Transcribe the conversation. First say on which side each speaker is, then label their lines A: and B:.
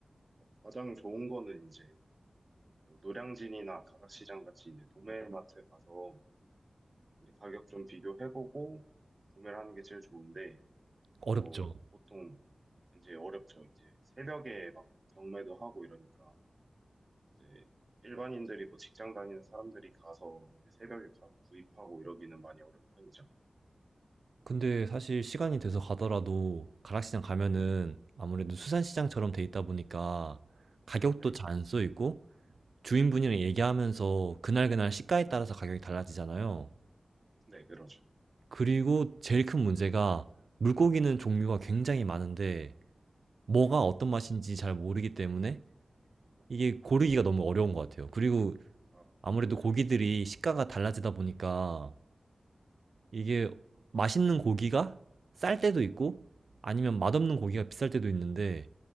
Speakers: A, on the right; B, on the right.
A: 가장 좋은 거는 이제 뭐 노량진이나 가락시장 같이 이제 도매마트 가서 이제 가격 좀 비교해보고 구매를 하는 게 제일 좋은데
B: 어렵죠.
A: 뭐 보통 이제 어렵죠. 이제 새벽에 막 경매도 하고 이러니까 이제 일반인들이 뭐 직장 다니는 사람들이 가서 이제 새벽에 가서 구입하고 이러기는 많이 어려운 편이죠.
B: 근데 사실 시간이 돼서 가더라도 가락시장 가면은
A: 네,
B: 아무래도 수산시장처럼 돼 있다 보니까 가격도
A: 네,
B: 잘 안 써 있고 주인분이랑 얘기하면서 그날그날 시가에 따라서 가격이 달라지잖아요.
A: 네, 그러죠.
B: 그리고 제일 큰 문제가 물고기는 종류가 굉장히 많은데 뭐가 어떤
A: 네,
B: 맛인지 잘 모르기 때문에 이게 고르기가 너무 어려운 것 같아요. 그리고
A: 아,
B: 아무래도
A: 맞아요.
B: 고기들이 식가가 달라지다 보니까 이게 맛있는 고기가 쌀 때도 있고 아니면 맛없는 고기가 비쌀 때도 있는데